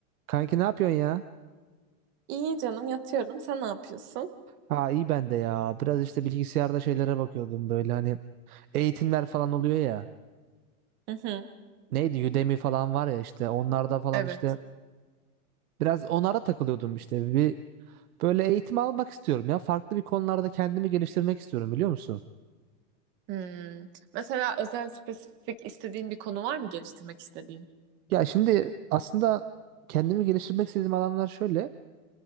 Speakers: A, on the right; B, on the right.
A: Kanki ne yapıyorsun ya?
B: İyi canım yatıyorum. Sen ne yapıyorsun?
A: Ha iyi ben de ya. Biraz işte bilgisayarda şeylere bakıyordum böyle hani eğitimler falan oluyor ya.
B: Hı hı.
A: Neydi Udemy falan var ya işte onlarda falan
B: Evet.
A: işte biraz onlara takılıyordum işte. Bir böyle eğitim almak istiyorum ya. Farklı bir konularda kendimi geliştirmek istiyorum biliyor musun?
B: Hmm. Mesela özel spesifik istediğin bir konu var mı geliştirmek istediğin?
A: Ya şimdi aslında kendimi geliştirmek istediğim alanlar şöyle.